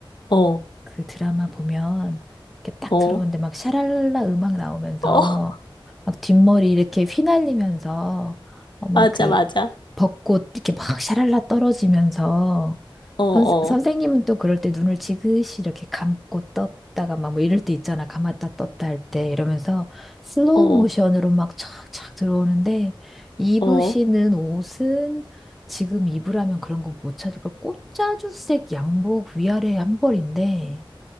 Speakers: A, on the left; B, in the centre.
A: 어, 어,
B: 그 드라마 보면 이렇게 딱
A: 어,
B: 들어오는데 막 샤랄랄라 음악 나오면서
A: 어, <laughs>
B: 막 뒷머리 이렇게 휘날리면서 어, 막그
A: 맞아, 맞아.
B: 벚꽃 이렇게 막 샤랄라 떨어지면서
A: 어, 어,
B: 선, 선생님은 또 그럴 때 눈을 지그시 이렇게 감고 떴다가 막 뭐 이럴 때 있잖아. 감았다 떴다 할 때 이러면서 슬로우
A: 어,
B: 모션으로 막 촥촥 들어오는데 입으시는
A: 어,
B: 옷은 지금 입으라면 그런 건 못 찾을 걸. 꽃자주색 양복 위아래 한 벌인데